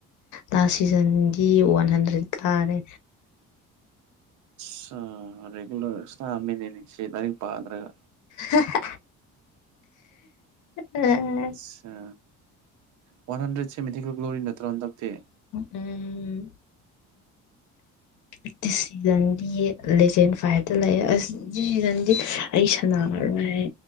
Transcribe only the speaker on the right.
ꯁꯥ ꯔꯤꯒꯨꯂꯔ <unintelligible> ꯁꯤ ꯂꯥꯏꯔꯤꯛ ꯄꯥꯗ꯭ꯔꯒ
ꯑꯆꯥ ꯋꯥꯟ ꯍꯟꯗ꯭ꯔꯦꯠꯁꯦ ꯃꯤꯊꯤꯀꯜ ꯒ꯭ꯂꯣꯔꯤ ꯅꯠꯇ꯭ꯔꯣ ꯍꯟꯗꯛꯇꯤ